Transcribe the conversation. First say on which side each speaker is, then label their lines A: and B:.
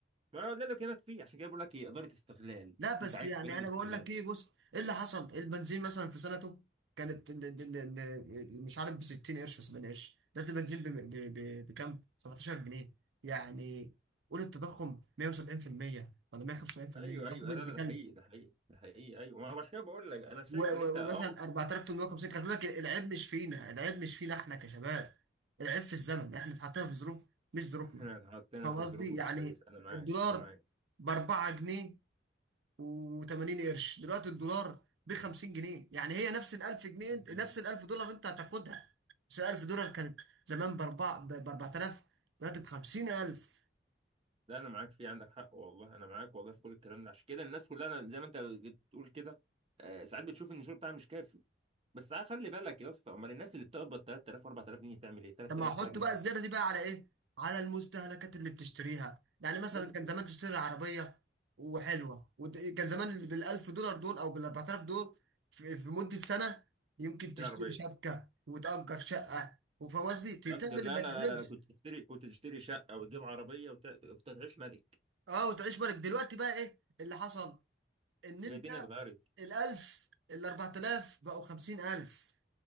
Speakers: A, on the right (about 30°); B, on the right (about 75°).
A: ما هو ده اللي بكلمك فيه عشان كده بقول لك ايه اداره استغلال
B: لا
A: انت
B: بس
A: عايش
B: يعني
A: في بلد
B: انا
A: استغلال
B: بقول لك ايه بص ايه اللي حصل إيه البنزين مثلا في سنته كانت ال- ال- ال- ال- مش عارف ب 60 قرش و 70 قرش ده البنزين ب- ب- ب- بكام 17 جنيه يعني قول التضخم 170% ولا 175%
A: ايوه ايوه
B: رقم ابن
A: لا لا ده
B: كلب
A: حقيقي ده حقيقي ده حقيقي ايوه ما هو عشان كده بقول لك انا شايف
B: و- و-
A: ان انت اه
B: ومثلا 4850 كان بيقول لك العيب مش فينا العيب مش فينا احنا كشباب العيب في الزمن احنا اتحطينا في ظروف مش ظروفنا
A: احنا اتحطينا
B: فاهم
A: في
B: قصدي
A: ظروف مش
B: يعني
A: كويسه انا معاك
B: الدولار
A: انا معاك
B: ب 4 جنيه و80 قرش دلوقتي الدولار ب 50 جنيه يعني هي نفس ال 1000 جنيه
A: جميل.
B: نفس ال 1000 دولار انت هتاخدها بس ال 1000 دولار كانت زمان ب 4 ب 4000 دلوقتي ب 50000
A: لا انا معاك في عندك حق والله انا معاك والله في كل الكلام ده عشان كده الناس كلها أنا زي ما انت بتقول كده آه، ساعات بتشوف ان الشغل بتاعها مش كافي بس عا- خلي بالك يا اسطى امال الناس اللي بتقبض 3000 و4000 جنيه تعمل ايه 3000
B: طب ما احط
A: بقى جنيه
B: بقى الزياده دي بقى على ايه على المستهلكات اللي بتشتريها يعني مثلا
A: بالظبط
B: كان زمان تشتري عربيه وحلوه وكان زمان بالألف دولار دول او بالأربعة آلاف دول في, في مده سنه يمكن
A: تشتري
B: تشتري
A: عربيه
B: شبكه وتأجر شقه وفاهم قصدي ت- تعمل
A: اقدر
B: اللي
A: لا
B: ما
A: لا
B: تعملش
A: لا, لا. كنت تشتري كنت تشتري شقه وتجيب عربيه وت... كنت هتعيش ملك
B: اه وتعيش بالك دلوقتي بقى ايه اللي حصل ان انت
A: هي الدنيا اتغيرت
B: الألف الأربعة آلاف بقوا خمسين ألف